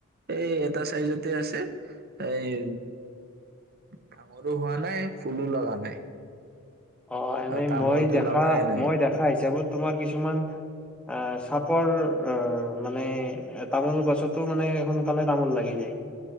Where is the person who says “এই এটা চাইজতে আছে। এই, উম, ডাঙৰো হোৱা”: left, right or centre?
Right